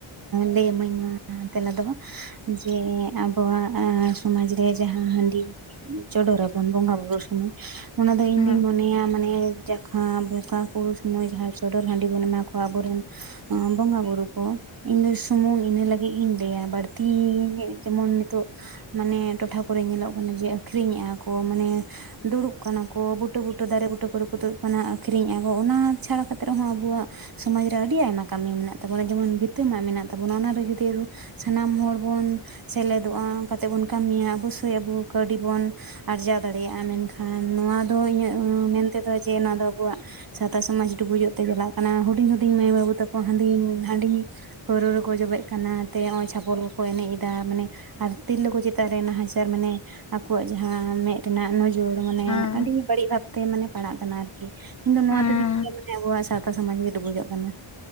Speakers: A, on the right; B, on the left.
A: ᱞᱟᱹᱭ ᱢᱟᱹᱧ‌ ᱱᱚᱣᱟᱼᱼ ᱛᱮᱞᱟ ᱫᱚ ᱡᱮ ᱟᱵᱚᱣᱟᱜ ᱥᱚᱢᱟᱡᱽ ᱨᱮ ᱡᱟᱦᱟᱸ ᱦᱟᱺᱰᱤᱼᱼ ᱪᱚᱰᱚᱨᱟᱵᱚᱱ ᱵᱚᱸᱜᱟ ᱵᱩᱨᱩ ᱥᱚᱢᱚᱭ ᱚᱱᱟ ᱫᱚ ᱤᱧᱫᱩᱧ
B: ᱦᱮᱸ
A: ᱢᱚᱱᱮᱭᱟ ᱢᱟᱱᱮ ᱡᱟᱦᱟᱸᱼᱼ ᱚᱠᱟ ᱯᱩᱨᱩ ᱥᱚᱢᱚᱭ ᱡᱟᱦᱟᱸᱭ ᱪᱚᱰᱚᱨ ᱦᱟᱺᱰᱤ ᱵᱚᱱ ᱮᱢᱟ ᱠᱚᱣᱟ ᱟᱵᱚᱨᱮᱱ ᱵᱚᱸᱜᱟ ᱵᱩᱨᱩ ᱠᱚ, ᱤᱱᱟᱹ ᱥᱩᱢᱩᱝ ᱤᱱᱟᱹ ᱞᱟᱹᱜᱤᱫ ᱜᱤᱧ ᱞᱟᱹᱭᱟ ᱵᱟᱹᱲᱛᱤ ᱡᱮᱢᱚᱱ ᱱᱤᱛᱚᱜᱼᱼ ᱢᱟᱱᱮ ᱴᱚᱴᱷᱟ ᱠᱚᱨᱮᱜ ᱧᱮᱞᱚᱜ ᱠᱟᱱᱟ ᱡᱮ ᱟᱹᱷᱨᱤᱧᱮᱫᱼᱟ ᱠᱚ ᱢᱟᱱᱮᱼᱼ ᱫᱩᱲᱩᱵ ᱠᱟᱱᱟ ᱠᱚ ᱵᱩᱴᱟᱹ ᱵᱩᱴᱟᱹ ᱫᱟᱨᱮ ᱵᱩᱴᱟᱹ ᱠᱚᱨᱮ ᱠᱚ ᱫᱩᱲᱩᱵ ᱠᱟᱱᱟ᱾ ᱟᱹᱠᱷᱨᱤᱧ ᱟᱠᱚ ᱚᱱᱟ ᱪᱷᱟᱲᱟ ᱠᱟᱛᱮᱫ ᱨᱮᱦᱚᱸ ᱟᱵᱚᱣᱟᱜ ᱥᱚᱢᱟᱡ ᱨᱮ ᱟᱹᱰᱤ ᱟᱭᱢᱟ ᱠᱟᱹᱢᱤ ᱢᱮᱱᱟᱜ ᱛᱟᱵᱚᱱᱟ ᱡᱮᱢᱚᱱ ᱵᱷᱤᱛᱟᱹ ᱢᱟᱜ ᱢᱮᱱᱟᱜ ᱛᱟᱵᱚᱱᱟ ᱚᱱᱟᱨᱮ ᱡᱩᱫᱤ ᱟᱵᱚ ᱥᱟᱱᱟᱢ ᱦᱚᱲ ᱵᱚᱱ ᱥᱮᱞᱮᱫᱚᱜ-ᱟ ᱚᱱᱠᱟ ᱠᱟᱛᱮᱜ ᱵᱚᱱ ᱠᱟᱹᱢᱤᱭᱟ ᱚᱵᱚᱥᱳᱭ ᱟᱵᱚ ᱠᱟᱹᱣᱰᱤ ᱵᱚᱱ ᱟᱨᱡᱟᱣ ᱫᱟᱲᱮᱭᱟᱜ-ᱟ ᱢᱮᱱᱠᱷᱟᱱ ᱱᱚᱣᱟ ᱫᱚ ᱤᱧᱟᱹᱜ ᱢᱮᱱ ᱛᱮᱫᱚ ᱡᱮ ᱱᱚᱣᱟ ᱫᱚ ᱟᱵᱚᱣᱟᱜ ᱥᱟᱶᱛᱟ ᱥᱚᱢᱟᱡᱽ ᱰᱩᱵᱩᱡᱚᱜ ᱛᱮ ᱪᱟᱞᱟᱜ ᱠᱟᱱᱟ ᱦᱩᱰᱤᱧ ᱦᱩᱰᱤᱧ ᱢᱟᱹᱭ ᱵᱟᱹᱵᱩ ᱛᱟᱠᱚ ᱦᱟᱹᱰᱤ ᱦᱟᱹᱰᱤ ᱯᱟᱹᱨᱣᱟᱹ ᱨᱮᱠᱚ ᱡᱚᱵᱮᱜ ᱠᱟᱱᱟ ᱛᱮ ᱱᱚᱜ-ᱚᱭ ᱪᱷᱟᱯᱚᱞ ᱠᱚᱠᱚ ᱮᱱᱮᱡ ᱮᱫᱟ ᱢᱟᱱᱮ ᱟᱨ ᱛᱤᱨᱞᱟᱹ ᱠᱚ ᱪᱮᱛᱟᱱ ᱨᱮ ᱱᱟᱦᱟᱪᱟᱨ ᱢᱟᱱᱮ ᱟᱠᱚᱣᱟᱜ ᱡᱟᱦᱟᱸ ᱢᱮᱫ ᱨᱮᱱᱟᱜ ᱱᱚᱡᱚᱨ
B: ᱦᱮᱸ
A: ᱟᱹᱰᱤ ᱵᱟᱹᱲᱤᱡ ᱵᱷᱟᱵᱛᱮ ᱯᱟᱲᱟᱜ ᱠᱟᱱᱟ ᱟᱨᱠᱤ ᱤᱧᱫᱚ ᱱᱚᱣᱟ
B: ᱦᱮᱸ
A: ᱛᱮ ᱫᱤᱠ ᱫᱤᱭᱮ ᱢᱟᱱᱮ ᱟᱵᱚᱣᱟᱜ ᱥᱟᱣ ᱛᱟ ᱥᱚᱢᱟᱡᱽ ᱜᱮ ᱰᱩᱵᱩᱡᱚᱜ ᱠᱟᱱᱟ᱾